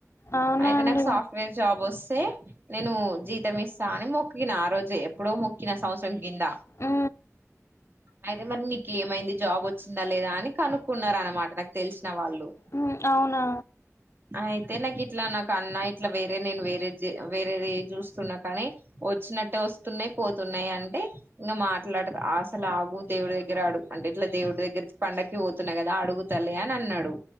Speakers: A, on the left; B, on the right.
A: అవునా
B: అయితే
A: అండి
B: నాకు సాఫ్ట్వేర్ జాబ్ వస్తే నేను జీతం ఇస్తా అని మొక్కినా ఆ రోజు ఎప్పుడో మొక్కిన సంవత్సరం కింద
A: ఊ
B: అయితే మరి నీకు ఏమైంది జాబ్ వచ్చిందా లేదా అని కనుక్కున్నారు అనమాట నాకు తెలిసిన వాళ్ళు
A: ఉ అవునా
B: అయితే నాకు ఇట్లా నాకు అన్న ఇట్లా వేరే నేను వేరే వేరేది చూస్తున్నా కానీ వచ్చినట్టే వస్తున్నాయి పోతున్నాయి అంటే ఇంకా మాట్లాడదు అసలు ఆగు దేవుడి దగ్గర ఆడుగు అంటే ఇట్లా దేవుడి దగ్గర పండకి పోతున్న కదా అడుగుతలే అని అన్నాడు